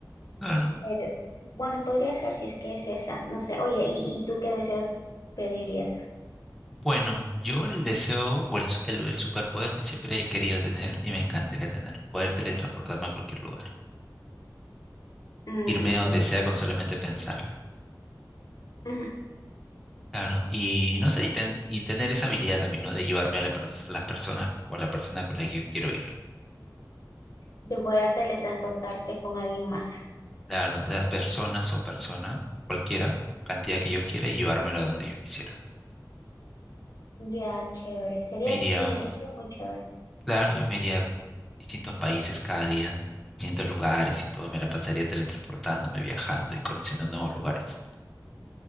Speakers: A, in the centre; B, on the left.
A: Claro.
B: Pero bueno, podría ser si es que es esa, no sé. Oye, ¿y, y tú qué deseos pedirías?
A: Bueno, yo el deseo o el, su- el- el superpoder que siempre he querido tener y me encantaría tener, poder teletransportarme a cualquier lugar,
B: Mm,
A: irme a donde
B: ya.
A: sea con solamente pensarlo.
B: Ujú.
A: Claro, y no sé, y, ten- y tener esa habilidad también, ¿no? De llevarme a la pers- a las personas o a la persona con la que yo quiero ir.
B: De poder teletransportarte con alguien más.
A: Claro, las personas o persona, cualquiera, cantidad que yo quiera y llevármelo a donde yo quisiera.
B: Ya, chévere. Sería,
A: Me iría,
B: sí, sería sería muy chévere.
A: claro, yo me iría a distintos países cada día, distintos lugares y todo, me la pasaría teletransportándome, viajando y conociendo nuevos lugares.